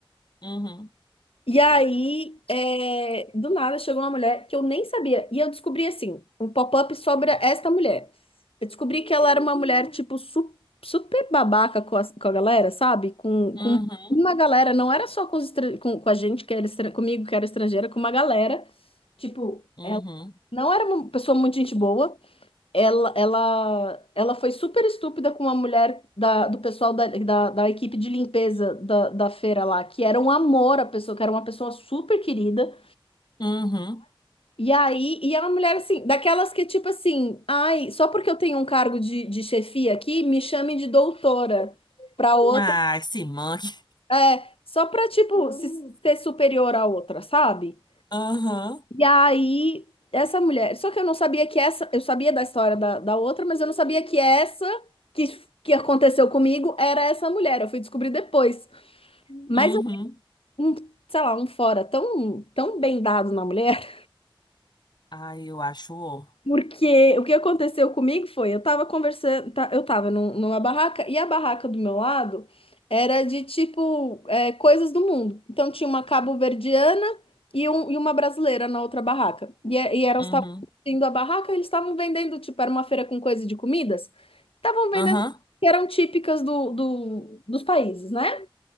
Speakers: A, on the left; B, on the left.
A: Uhum.
B: E aí, é, do nada, chegou uma mulher que eu nem sabia. E eu descobri, assim, um pop-up sobre esta mulher. Eu descobri que ela era uma mulher, tipo, su- super babaca com a, com a galera, sabe? Com,
A: Uhum.
B: com uma galera, não era só com, os estra- com, com a gente, que era estra- comigo, que era estrangeira, com uma galera. Tipo,
A: Uhum.
B: ela não era uma pessoa muito gente boa. Ela, ela, ela foi super estúpida com a mulher da, do pessoal da, da, da equipe de limpeza da, da feira lá, que era um amor a pessoa, que era uma pessoa super querida.
A: Uhum.
B: E aí, e é uma mulher assim, daquelas que tipo assim, ai, só porque eu tenho um cargo de, de chefia aqui, me chamem de doutora pra outra.
A: Ai, se manque.
B: É, só pra tipo se, ser superior à outra, sabe?
A: <laughs> Aham.
B: E aí, essa mulher. Só que eu não sabia que essa. Eu sabia da história da, da outra, mas eu não sabia que essa que, que aconteceu comigo era essa mulher. Eu fui descobrir depois. Mas,
A: Uhum.
B: eu- um, sei lá, um fora tão, tão bem dado na mulher.
A: Ai, eu acho.
B: Porque o que aconteceu comigo foi, eu tava conversando, tá, eu tava num- numa barraca, e a barraca do meu lado era de tipo é, coisas do mundo. Então tinha uma cabo-verdiana e, um- e uma brasileira na outra barraca. E, é- e elas
A: Uhum.
B: estavam indo a barraca, eles estavam vendendo, tipo, era uma feira com coisa de comidas, estavam vendendo
A: Aham.
B: que eram típicas do, do- dos países, né?